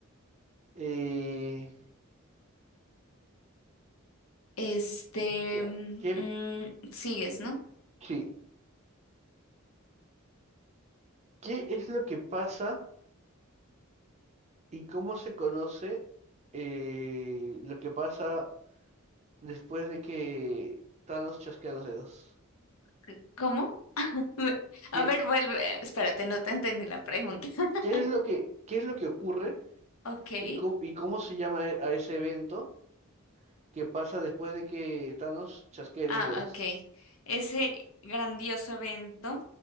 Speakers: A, on the right; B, on the left.
A: Eh,
B: Este,
A: ya,
B: mm,
A: ¿qué,
B: mm, sigues, ¿no?
A: sí, ¿Qué es lo que pasa y cómo se conoce eh, lo que pasa? después de que Thanos chasquea los dedos.
B: C- ¿Cómo? <laughs> Me-
A: ¿Qué,
B: A ver, vuelve. Espérate, no te entendí la pregunta. <laughs>
A: qué es lo que, qué es lo que ocurre
B: Ok.
A: y, cómo- y cómo se llama e- a ese evento que pasa después de que Thanos chasquee
B: Ah,
A: los dedos?
B: ok. Ese grandioso evento,